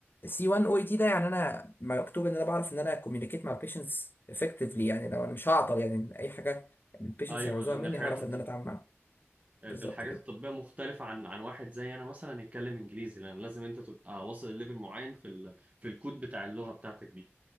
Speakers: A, on the left; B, on the right.
A: سي 1 او اي تي ده يعني انا مكتوب ان انا بعرف ان انا كوميونيكيت مع البيشنتس افكتفلي يعني لو انا مش هعطل يعني اي حاجه البيشنتس
B: ايوه
A: هيعوزوها
B: لان
A: مني
B: الحاجات
A: هعرف ان انا
B: الط...
A: اتعامل معاها
B: الحاجات
A: بالظبط كده
B: الطبيه مختلفه عن عن واحد زي انا مثلا يتكلم انجليزي لان لازم انت تبقى واصل لليفل معين في ال... في الكود بتاع اللغه بتاعتك دي